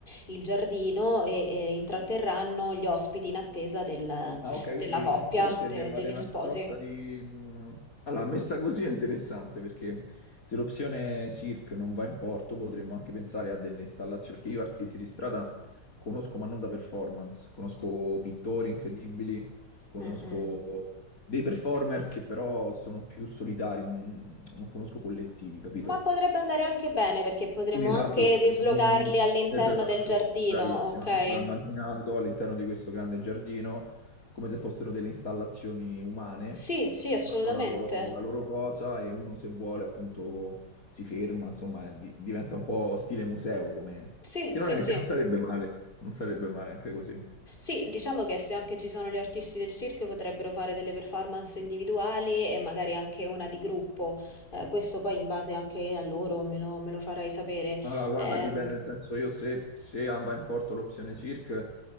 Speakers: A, on the left (about 30°); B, on the left (about 50°).
A: il giardino e, e intratterranno gli ospiti in attesa del-
B: Ah, ok,
A: della
B: quindi
A: coppia,
B: voi intendevate
A: de- degli
B: una
A: sposi.
B: sorta di... mh, Allora, messa così è interessante perché se l'opzione SIRC non va in porto potremmo anche pensare a delle installazioni, perché io artisti di strada conosco ma non da performance, conosco pittori incredibili, conosco
A: Mm, mm.
B: dei performer che però sono più solitari, non, non conosco collettivi, capito?
A: Ma potrebbe andare anche bene perché potremmo
B: Quindi
A: anche
B: Quindi, esatto,
A: dislocarli
B: mi-
A: all'interno
B: esatto,
A: del giardino,
B: bravissima.
A: ok?
B: Mi stavo immaginando all'interno di questo grande giardino come se fossero delle installazioni umane
A: Sì, sì,
B: che
A: assolutamente.
B: fanno la loro, la loro cosa e uno se vuole appunto si ferma, insomma, e di- diventa un po' stile museo come...
A: Sì,
B: che
A: sì,
B: non è,
A: sì.
B: che non sarebbe male, non sarebbe male anche così.
A: Sì, diciamo che se anche ci sono gli artisti del circo potrebbero fare delle performance individuali e magari anche una di gruppo. Eh, questo poi in base anche a loro me lo, me lo farai sapere.
B: Allora, guarda,
A: Ehm,
B: dipende, nel senso io se, se va in porto l'opzione Cirque,